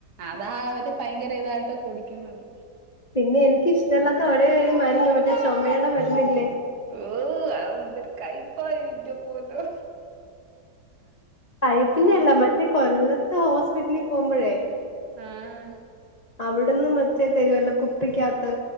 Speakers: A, on the right; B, on the left.
A: അതാ അവര് പയങ്കരെ ഇതായിട്ട് കുടിക്കുന്നത്.
B: പിന്നെ എനിക്കിഷ്ടല്ലാത്ത ഒരെയൊരൂ മരുന്ന് മറ്റെ ചൊമേടെ മരുന്നില്ലേ?
A: ഇഹ് അതെന്തരു കൈപ്പാ ഇന്റെ പൊന്നോ
B: കൈപ്പിന്റെയെല്ല
A: ഉം
B: മറ്റെ കൊല്ലത്തെ ഹോസ്പിറ്റലി പോവുമ്പഴേ.
A: ആഹാ
B: അവിട്ന്ന് മറ്റെ തെരുവല്ലോ? കുപ്പിക്കാത്ത്